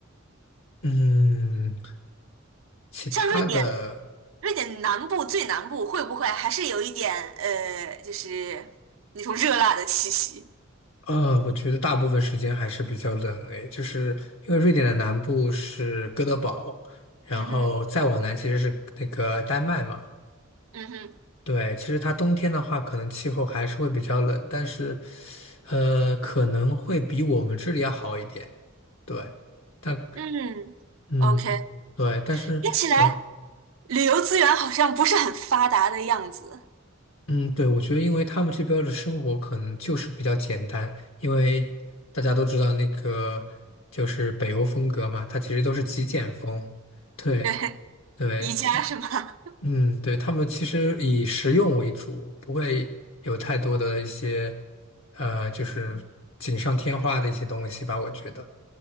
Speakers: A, on the left (about 75°); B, on the right (about 70°).
A: 嗯。其他的，
B: 像瑞典。瑞典南部最南部会不会还是有一点呃，就是那种热辣的气息？
A: 呃，我觉得大部分时间还是比较冷诶，就是因为瑞典的南部是哥德堡，然后再往南其实是那个丹麦嘛。
B: 嗯哼，嗯哼，
A: 对，其实它冬天的话，可能气候还是会比较冷，但是，呃，可能会比我们这里要好一点。对，但
B: 嗯，OK，
A: 嗯，对，但是我。
B: 听起来旅游资源好像不是很发达的样子。
A: 嗯，对，我觉得因为他们这边儿的生活可能就是比较简单，因为大家都知道那个就是北欧风格嘛，它其实都是极简风。对
B: 对，
A: 对，
B: 宜家是吗
A: 其嗯，对，他们其实以实用为主，不会有太多的一些呃，就是锦上添花的一些东西吧。我觉得